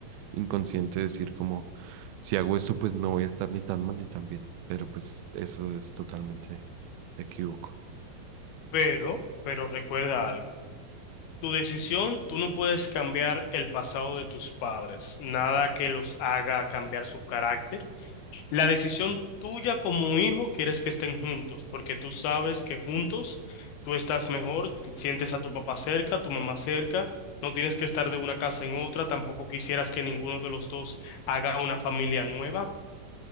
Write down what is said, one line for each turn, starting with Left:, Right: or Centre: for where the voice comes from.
Right: inconsciente decir como, si hago esto, pues no voy a estar ni tan mal ni tan bien. Pero pues eso es totalmente equívoco.
Left: Pero, pero recuerda algo. Tu decisión, tú no puedes cambiar el pasado de tus padres, nada que los haga cambiar su carácter La decisión tuya como hijo quieres que estén juntos, porque tú sabes que juntos tú estás mejor, te sientes a tu papá cerca, a tu mamá cerca, no tienes que estar de una casa en otra, tampoco quisieras que ninguno de los dos haga una familia nueva,